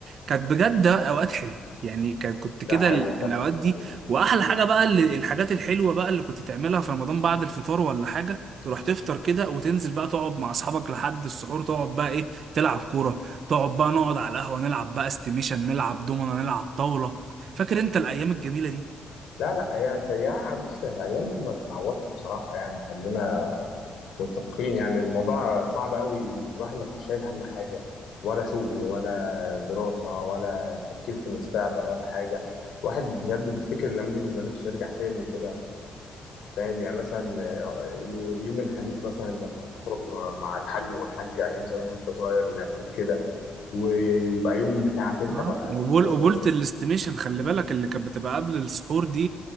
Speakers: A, on the right; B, on the left.
A: كانت بجد اوقات حلوه يعني كانت كنت
B: ده
A: كده
B: حقيقي
A: ال- الاوقات دي
B: فعلا.
A: واحلى حاجه بقى اللي الحاجات الحلوه بقى اللي كنت تعملها في رمضان بعد الفطار ولا حاجه تروح تفطر كده وتنزل بقى تقعد مع اصحابك لحد السحور تقعد بقى ايه تلعب كوره تقعد بقى نقعد على القهوه نلعب بقى استيميشن نلعب دومنا نلعب طاوله فاكر انت الايام الجميله دي
B: لا لا هي يعني بص هي ايام ما تتعوضش بصراحه يعني خلينا متفقين يعني الموضوع صعب قوي الواحد ما كانش شايل هم حاجة ولا شغل ولا دراسة ولا تفكير في المستقبل ولا حاجة الواحد بجد بيفتكر الأيام دي بيبقى نفسه يرجع تاني كده فاهم يعني مثلا آه، يوم الخميس مثلا لما تخرج مع الحاج والحاج أيام زمان وأنت صغير وياخدوك كده ويبقى يوم بتاعك أنت
A: اه
B: بقى
A: وبول
B: تشوف آه
A: قبولة الاستيميشن خلي بالك اللي كانت بتبقى قبل السحور دي